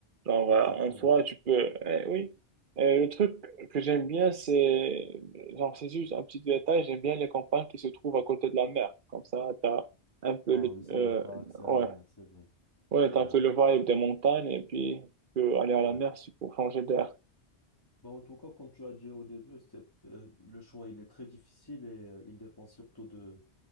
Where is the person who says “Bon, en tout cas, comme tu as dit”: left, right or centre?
Left